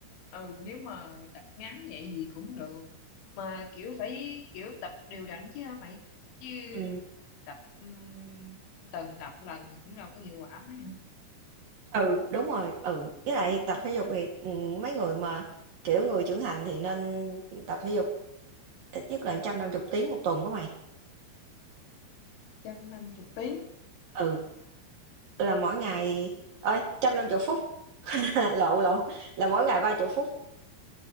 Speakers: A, on the left (about 85°); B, on the right (about 55°).
A: ừ nếu mà tập ngắn vậy thì cũng được mà kiểu phải kiểu tập đều đặn chứ hả mày chứ
B: ừ.
A: tập ừm, tuần tập lần thì cũng đâu có hiệu quả mấy hả
B: ừ đúng rồi ừ với lại tập thể dục thì ừ, mấy người mà kiểu người trưởng thành thì nên tập thể dục ít nhất là 150 tiếng một tuần của mày
A: trăm năm chục tiếng
B: ừ là mỗi ngày ơi 150 phút <laughs> lộn lộn là mỗi ngày ba chục phút